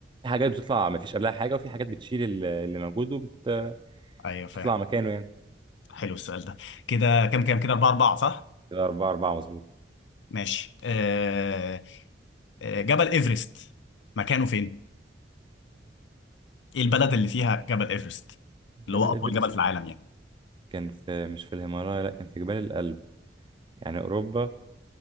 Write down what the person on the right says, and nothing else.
حاجات بتطلع ما فيش قبلها حاجه وفي حاجات بتشيل ال- اللي موجود وبتطلع
مكانه يعني
كده أربعة أربعة مظبوط
جبل
إيفرست
كان في مش في الهيمالايا لأ كان في جبال الألب يعني أوروبا